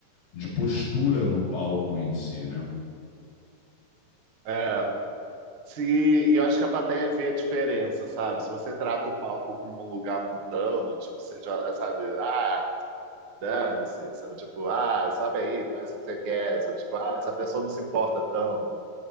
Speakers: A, on the left; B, on the right.
A: de postura no palco em si, né?
B: é. Se, e eu acho que a plateia vê a diferença, sabe? Se você trata o palco como um lugar mundano, tipo, seja, sabe, ah, dane-se, sabe? Tipo, ah, sobe aí, faz o que você quer, sabe? Tipo, ah, essa pessoa não se importa tanto.